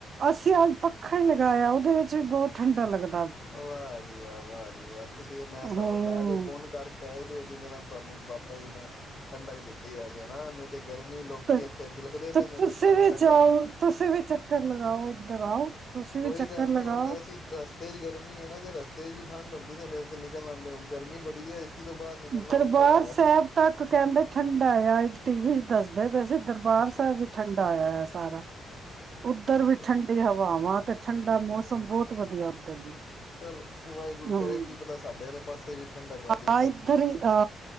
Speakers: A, on the right; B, on the left.
A: ਅਸੀਂ ਅੱਜ ਪੱਖਾ ਹੀ ਲਗਾਇਆ ਉਹਦੇ ਵਿੱਚ ਵੀ ਬਹੁਤ ਠੰਡਾ ਲੱਗਦ
B: ਵਾਹ ਜੀ ਵਾਹ-ਵਾਹ ਜੀ ਵਾ। ਤੁਸੀਂ ਤੇ ਮੈਂ ਸਾਬ
A: ਹੂੰ
B: ਲਾਇਆ ਕੋਈ ਪੁਨ ਕਰਕੇ ਆਏ ਦੇ ਔ ਜਿਹਦੇ ਨਾਲ ਤੁਹਾਨੂੰ ਬਾਬਾ ਜੀ ਨੇ ਠੰਡਕ ਦਿੱਤੀ ਅੱਜ ਹੈਨਾ, ਤੇ ਗਰਮੀ ਲੋਕੀ
A: ਤੇ
B: ਇੱਥੇ ਬਿਲਕਦੇ ਪਏ ਨੇ
A: ਤੁਸੀਂ
B: ਤੇ ਤੁਹਾਨੂੰ
A: ਵੀ
B: ਠੰਡਕ
A: ਜਾਓ ਤੁਸੀਂ ਵੀ ਚੱਕਰ ਲਗਾਓ ਇੱਧਰ ਆਓ ਤੁਸੀਂ
B: ਕੋਈ
A: ਵੀ ਚੱਕਰ
B: ਗੱਲ
A: ਲਗਾਓ
B: ਨਹੀਂ ਹੁਣ ਅਸੀਂ ਰਸ ਤੇਜ ਗਰਮੀ ਏ ਨਾ ਜੇ ਰਸਤੇ ਚ ਵੀ ਠੰਡ ਹੁੰਦੀ ਤੇ ਫੇਰ ਤੇ ਨਿਕਲ ਆਦੇ ਹੁਣ, ਗਰਮੀ ਬੜੀ ਹੈ ਏਸੀ ਤੋਂ ਬਾਹਰ ਨਿਕਲਣਾ
A: ਦਰਬਾਰ
B: ਔਖਾ ਹੋਇਆ ਦਾ
A: ਸਾਹਿਬ ਤੱਕ ਕਹਿੰਦੇ ਠੰਡਾ ਏ ਅਜ। ਟੀ ਵੀ ਚ ਦੱਸਦੇ ਪ ਪਏ ਸੀ ਦਰਬਾਰ
B: ਅੱਛਾ
A: ਸਾਹਿਬ ਵੀ ਠੰਡਾ ਹੋਇਆ ਹੋਇਆ। ਸਾਰਾ,
B: ਅੱਛਾ
A: ਉੱਧਰ ਵੀ
B: ਚਲੋ
A: ਠੰਡੀ ਹਵਾ ਵਾਂ ਤੇ ਠੰਡਾ ਮੌਸਮ ਬੋਤ ਵਧੀਆ ਉਧਰ ਵੀ
B: ਚਲੋ ਵਾਹਿਗੁਰੂ
A: ਹੂੰ,
B: ਕਰੇ ਕੀ ਪਤਾ ਸਾਡੇ ਵਾਲੇ ਪਾਸੇ ਵੀ ਠੰਡਕ ਜੇ
A: ਆ ਇੱਧਰ ਹੀ ਆ